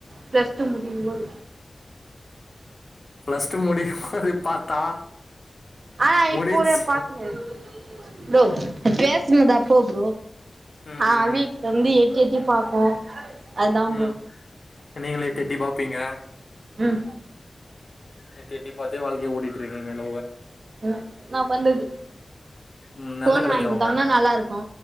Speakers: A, on the right; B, on the left.
A: பிளஸ் டூ முடியும்போது
B: பிளஸ் டூ முடியும்போது பாத்தா
A: ஆ
B: முடிச்சு
A: இப்போ ஒரு பாத்துங்க ப்ரோ
B: ம்
A: பேசனதா அப்போ ப்ரோ
B: ம்
A: ஆ வீட்டுல வந்து எட்டி எட்டி பாப்போ அதா
B: ம்
A: ப்ரோ
B: நீங்களு எட்டி
A: ம்
B: எட்டி பாப்பீங்க
A: ம்
B: எட்டி எட்டி பாத்தே வாழ்க்கைய ஓட்டிட்டு இருக்கீங்க லவ்வ
A: ஆ நா பண்றது
B: ம்
A: ஃபோன்
B: எந்த காலேஜ்
A: வாங்கி குடுத்தாங்கன்னா
B: அவங்க
A: நல்லா இருக்கு